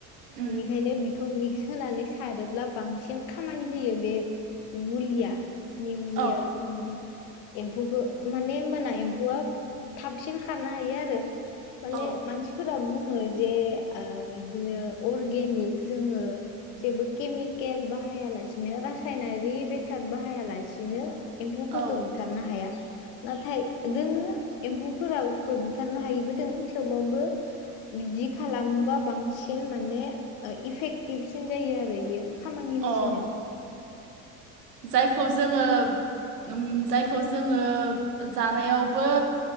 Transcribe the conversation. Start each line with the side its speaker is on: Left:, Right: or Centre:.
Right: उम
Left: बेनिखायनो बिखौ मिक्स होनानै सारोब्ला बांसिन खामानि होयो बे मुलिया। निमनिया
Right: औ
Left: उम एम्फौखो माने ओमबाना एम्फौआ थाबसिन खारनो हायो आरो माने
Right: औ
Left: मानसिफोरा बुङो। जे ओ यदिनो अर्गेनिक जोङो जेबो केमिकेल बाहायालासेनो रासायनारि बे साद बाहायालासिनो एम्फौफोरखो
Right: औ
Left: बुथारनो हाया। नाथाय दोङो एम्फौ फोरा खो बुथारनो हायिबो दों थेवबाबो बिदि खालामबा बांसिन मा ने इफेकटिभसिन जायो आरो आरो यो खामानि
Right: अ
Left: होसिनो।
Right: जायखौ जोङो उम जायखौ जोङो जानायावबो